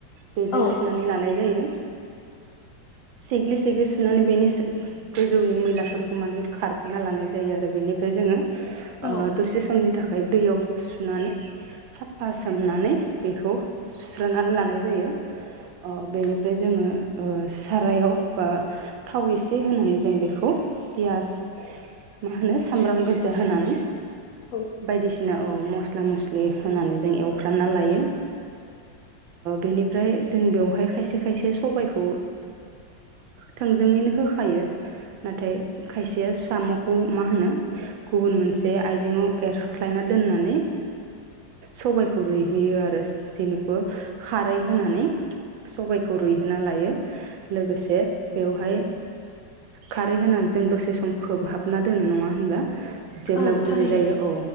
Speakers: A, on the right (about 80°); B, on the left (about 65°).
A: बेजों
B: औ
A: सुनानै लानाय जायो सेग्लि सेग्लि सुनानै बेनि गोजौनि मैलाफोरखौ माने खारहोना लानाय जायो आरो बेनिफ्राय जोङो आ
B: औ
A: दसे समनि थाखाय दैयाव सुनानै साफा सोमनानै बेखौ सुस्रनानै लानाय जायो बेनिफ्राय जोङो सारायाव बा थाव एसे होनानै जों बेखौ पियास मा होनो सामब्राम गोजा होनानै
B: औ
A: बायदिसिना औ मस्ला मस्लि होनानै जों एवफ्रानना लायो बेनि ओमफ्राय जों बेवहाय खायसे खायसे सबायाइखौ थोंजोङैनो होखायो नाथाय खायसेया साम खौ मा होनो गुबुन मोनसे आइजेंआव एरस्लायना दोननानै सबाइखौ ओ रुयहैयो आरो जेनेखु खारै होनानै सबबायखौ रुइहोना लायो लोगोसे बेवहाय खारै होनानै जों दसे सम खोबहाबना दोनो नङा होनब्ला जेब्ला
B: औ
A: गुरै
B: थारैनो
A: जायो औ